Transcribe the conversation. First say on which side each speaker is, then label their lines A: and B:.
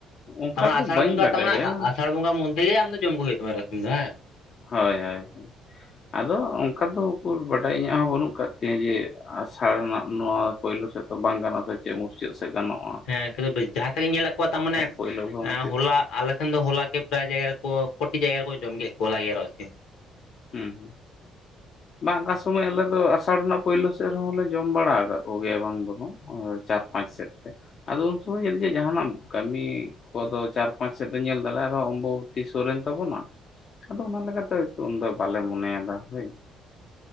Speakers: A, on the left; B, on the left.
A: ᱚᱱᱠᱟ
B: ᱛᱟᱨ ᱢᱟᱱᱮ
A: ᱫᱚ
B: ᱟᱥᱟᱲ
A: ᱵᱟᱹᱧ
B: ᱵᱚᱸᱜᱟ
A: ᱵᱟᱰᱟᱭᱟ
B: ᱛᱟᱢᱟᱱᱮ ᱟᱥᱟᱲ ᱵᱚᱸᱜᱟ ᱢᱚᱫᱽᱫᱷᱮ ᱜᱮ ᱟᱢ ᱫᱚ ᱡᱚᱢ ᱠᱚ ᱦᱩᱭᱩᱜ ᱛᱟᱢᱟ ᱮᱨᱚᱜ ᱥᱤᱢ ᱫᱚ ᱵᱟᱝ
A: ᱦᱳᱭ ᱦᱳᱭ ᱟᱫᱚ ᱚᱱᱠᱟ ᱫᱚ ᱩᱠᱩᱨ ᱵᱟᱰᱟᱭ ᱤᱧᱟᱹᱜ ᱦᱚᱸ ᱵᱟᱹᱱᱩᱜ ᱠᱟᱫ ᱛᱤᱧ-ᱟ ᱡᱮ ᱟᱥᱟᱲ ᱱᱟᱜ ᱱᱚᱣᱟ ᱯᱳᱭᱞᱳ ᱥᱮᱫ ᱫᱚ ᱵᱟᱝ ᱜᱟᱱᱚᱜ ᱥᱮ ᱪᱮᱫ ᱢᱩᱪᱟᱹᱫ ᱥᱮᱫ ᱜᱟᱱᱚᱜ
B: ᱦᱮᱸ ᱠᱤᱱᱛᱩ ᱡᱟᱸᱦᱟ ᱥᱮᱫ ᱜᱮᱧ ᱧᱮᱞᱮᱫ ᱠᱚᱣᱟ ᱛᱟᱨ ᱢᱟᱱᱮ
A: ᱯᱳᱭᱞᱳ ᱜᱮ ᱢᱩᱪᱟᱹᱫ
B: ᱮᱸ ᱦᱚᱞᱟ ᱟᱞᱮᱥᱱ ᱫᱚ ᱦᱚᱞᱟ ᱜᱮ ᱯᱨᱟᱭ ᱡᱟᱭᱜᱟ ᱨᱮ ᱠᱚ ᱠᱚᱴᱤ ᱡᱟᱭᱜᱟ ᱨᱮ ᱠᱚ ᱡᱚᱢ ᱠᱮᱫ ᱠᱚᱣᱟ ᱦᱚᱞᱟ ᱜᱮ ᱮᱨᱚᱜ ᱥᱤᱢ
A: ᱦᱩᱸ ᱦᱩᱸ
B: <inaudible>
A: ᱵᱟᱝ ᱚᱠᱟ ᱥᱚᱢᱚᱭ ᱟᱞᱮ ᱫᱚ ᱟᱥᱟᱲ ᱨᱮᱱᱟᱜ ᱯᱳᱭᱞᱳ ᱥᱮᱫ ᱨᱮᱦᱚᱸᱞᱮ ᱡᱚᱢ ᱵᱟᱲᱟ ᱟᱠᱟᱫ ᱠᱚ ᱜᱮᱭᱟ ᱵᱟᱝ ᱫᱚ ᱵᱟᱝ ᱪᱟᱨ ᱯᱟᱸᱪ ᱥᱮᱫ ᱛᱮ ᱟᱫᱚ ᱩᱱᱠᱩ ᱦᱚᱸ ᱡᱟᱱᱤᱡ ᱡᱮ ᱡᱟᱦᱟᱱᱟ ᱠᱟᱹᱢᱤ᱾ ᱠᱚ ᱫᱚ ᱪᱟᱨ ᱯᱟᱸᱪ ᱥᱮᱫ ᱫᱚ ᱧᱮᱞ ᱫᱟᱲᱮᱭᱟᱜ ᱨᱮᱦᱚᱸ ᱚᱢᱵᱚᱵᱚᱛᱤ ᱥᱩᱨᱮᱱ ᱛᱟᱵᱚᱱᱟ
B: ᱦᱩᱸ
A: ᱟᱫᱚ ᱚᱱᱟ ᱞᱮᱜᱟᱛ ᱛᱮ ᱦᱚᱭ ᱛᱚ ᱩᱱᱫᱚ ᱵᱟᱞᱮ ᱢᱚᱱᱮᱭᱫᱟ ᱦᱳᱭ